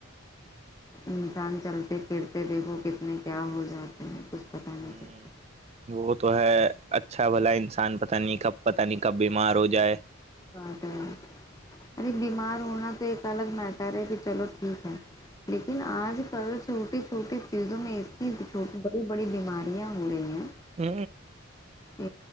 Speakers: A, on the left; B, on the right.
A: انسان چلتے پھرتے دیکھو کتنے کیا ہو جاتے ہیں کچھ پتا نہیں
B: ہوں
A: چلتا
B: وہ تو ہے اچھا بھلا انسان پتہ نہیں کب پتہ نہیں کب بیمار ہو جائے
A: بدہ ار بیمار ہونا تو ایک الگ میٹر ہے کہ چلو ٹھیک ہے لیکن آج کل چھوٹی چھوٹی چیزوں میں اتنی بڑی بڑی بیماریاں ہو رہی ہیں
B: ہ
A: کہ